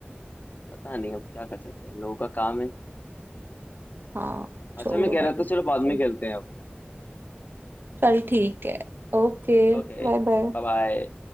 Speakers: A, on the left (about 45°); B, on the right (about 60°).
A: पता नहीं अब क्या कर सकते हैं लोगों का काम है
B: हाँ
A: अच्छा
B: छोड़ो
A: मैं कह
B: भाई
A: रहा था चलो बाद
B: चल
A: में खेलते हैं अब
B: चल ठीक है ओके
A: ओके
B: Bye bye
A: Bye bye